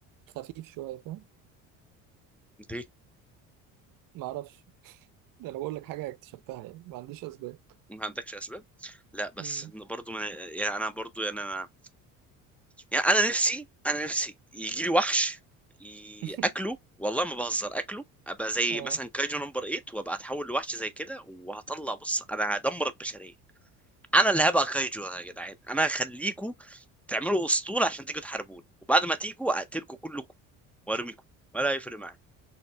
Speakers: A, on the right; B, in the centre.
A: خفيف شويه فاهم
B: ليه
A: ما اعرفش ده انا بقول لك حاجه اكتشفتها يعني ما عنديش اسباب
B: ما عندكش اسباب لا بس
A: مم.
B: إن برضو من... يعني انا برضو يعني انا يعني انا نفسي انا نفسي يجي لي وحش ي-
A: <laughs>
B: اكله والله ما بهزر اكله ابقى زي
A: اه
B: مثلا كايجو نمبر 8 وابقى اتحول لوحش زي كده وهطلع بص انا هدمر البشرية انا اللي هبقى كايجو يا جدعان انا هخليكوا تعملوا اسطول عشان تيجوا تحاربوني وبعد ما تيجوا اقتلكوا كلكم وارميكم ولا هيفرق معايا